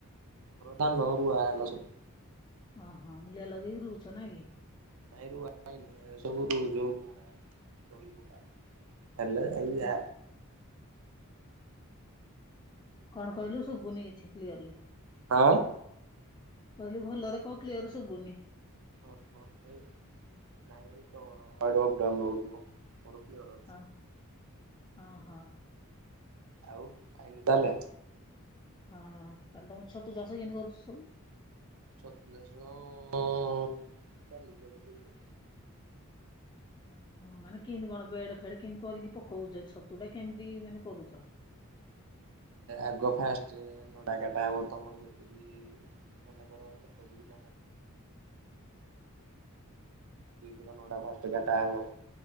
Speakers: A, on the right; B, on the left.
A: ଧାନ ରୁଆ ହେଲା ସବୁ।
B: ଓହୋ! ମୁୂଲିଆ ଲଗେଇକି ରୁଉଚ ନାଇଁ କି?
A: ନାଇଁ ରୁଆ ହେଇନି। ହେରା ସବୁ ରୁ ଯଉ ବୁଣା ତଳି ପକା ହେଲେ ଏଇୟା
B: ହୁଁ। କଣ କହିଲୁ ଶୁଭୁନି କିଛି କ୍ଲିୟରଲି?
A: ହାଁ।
B: କହିଲି ଭଲରେ କହ କ୍ଲିୟର ଶୁଭୁନି?
A: ଅହ! ନାଇଁ ତଆଡୁ <inaudible> ଅପ୍ ଡାଉନ୍ ହଉଥିବ। ମୋର କ୍ଲିଅର୍ ଅ
B: ଅଁ ଅହ।
A: ଆଉ ଖାଇନୁ ତାହେଲେ?
B: ହଁ, ତାହେଲେ ତମ ଛତୁ ଚାଷ କଁତି କରୁଛ ସବୁ?
A: ଛତୁ ଚାଷ ଅଁ, ଚାଲିଚି ଏବେ ଠିକି।
B: ଓହଁ ମାନେ କେମିତି କଣ ବେଡ ଫେଡ କେମତି କରିକି ପକଉଛ ଛତୁ ଟା କେମିତି ମାନେ କରୁଛ?
A: ଆଗ ଫାଷ୍ଟ ନଡାକଟା ହବ ତମର ଯେତିକି ମନେକର <inaudible> ଧର <inaudible> ଦୁଇ କଟା ନଡା ଫାର୍ଷ୍ଟ କାଟା ହେବ।